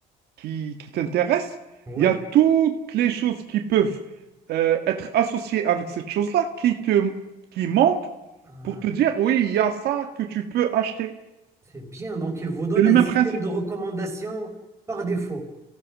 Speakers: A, on the right; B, on the right.
A: qui, qui t'intéresse,
B: Oui?
A: il y a toutes les choses qui peuvent euh, être associées avec cette chose-là qui te, qui manquent
B: Ah,
A: pour te dire, oui, il y a ça que tu peux acheter.
B: c'est bien. Donc, il vous donne
A: C'est le
B: un
A: même
B: système
A: principe.
B: de recommandation par défaut.